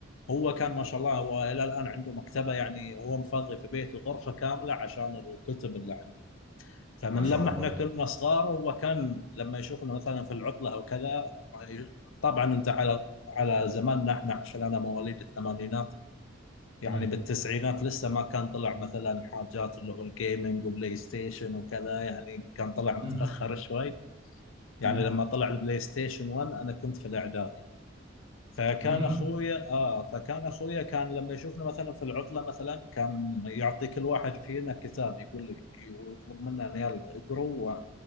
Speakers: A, on the left; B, on the right.
A: هو كان ما شاء الله هو الى الان عنده مكتبه يعني هو مفضي في بيته غرفه كامله عشان الكتب اللي عنده فمن
B: ما شاء
A: لما
B: الله
A: احنا كنا صغار هو كان لما يشوفنا مثلا في العطله او كذا ما ي- طبعا انت على على زماننا احنا عشان انا مواليد الثمانينات يعني
B: مم.
A: بالتسعينات لسه ما كان طلع مثلا حاجات اللي هو الجيمنج وبلاي ستيشن وكذا يعني كان طلع متاخر
B: مم.
A: شوي يعني
B: مم.
A: لما طلع البلاي ستيشن 1 انا كنت في الاعدادي فكان
B: مم.
A: اخويا اه فكان اخويا كان لما يشوفنا مثلا في العطله مثلا كان يعطي كل واحد فينا كتاب يقول لي ويطلب منا إن يلا اقروا و-